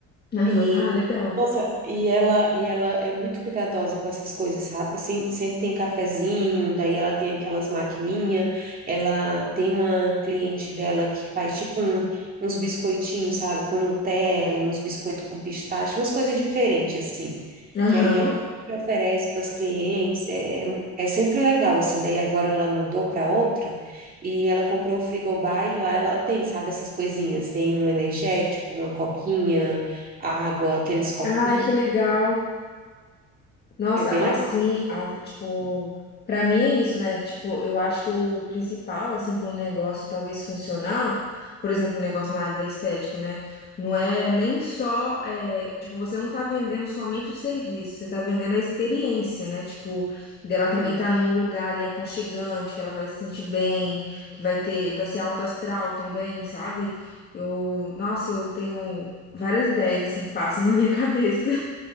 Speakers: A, on the left (about 30°); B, on the right (about 30°).
A: aham,
B: E,
A: ah, legal.
B: nossa, e ela, e ela é muito cuidadosa com essas coisas, sabe? Sempre, sempre tem cafezinho, daí ela tem aquelas maquininhas, ela tem uma cliente dela que faz tipo um- uns biscoitinhos, sabe? Com Nutella, uns biscoitos com pistache, umas coisas diferentes, assim.
A: Aham.
B: Que aí ela sempre oferece para as clientes, é, é sempre legal, assim. Daí agora ela mudou para outra e ela comprou o frigobar e lá ela tem, sabe? Essas coisinhas, tem um energético, uma coquinha, a água, aqueles copinhos,
A: Ai, que legal. Nossa,
B: é bem
A: assim,
B: legal
A: a- tipo, pra mim é isso, né? Tipo, eu acho que o principal, assim, para um negócio talvez funcionar, por exemplo, um negócio na área da estética, né? Não é nem só, é, tipo, você não tá vendendo somente o serviço, você tá vendendo a experiência, né? Tipo, dela
B: também.
A: também tá num lugar ali aconchegante, que ela vai se sentir bem, que vai ter, vai ser alto astral também, sabe? Eu, nossa, eu tenho várias ideias, assim, que passam na minha cabeça.